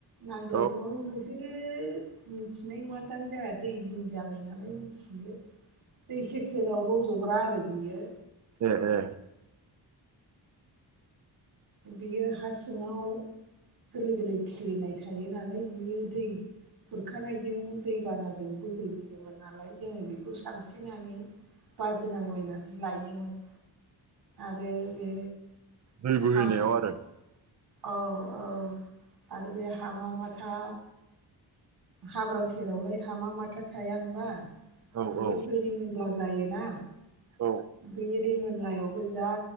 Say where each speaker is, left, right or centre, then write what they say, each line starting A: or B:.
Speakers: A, on the right; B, on the right.
A: नांदरखौ
B: औ
A: नोंसोरो ओ मिथिनाय नङान्दां जाहा दै जिं जाबाय नालाय मिथियो दै सेर सेराव रज'ग्रा आरो बियो
B: ए ए
A: बियो हा सिङाव गोरलै गोरलै खिलिनाय थायो नालाय बियो दै खुरखानायजों दैबानाजों बोहैबोयोमोन नालाय जोङो बेखौ सानस्रिनानै बादिनांलायनानै लायोमोन आरो बे
B: दै बोहैनायाव
A: हा
B: आरो
A: औ औ आरो बे हामा माथा हाब्रां सेरावलाय हामा माथा थाया होनबा
B: औ
A: बेयो
B: औ
A: रिमेनला जायोना
B: औ
A: बे रिमोनलायावबो जा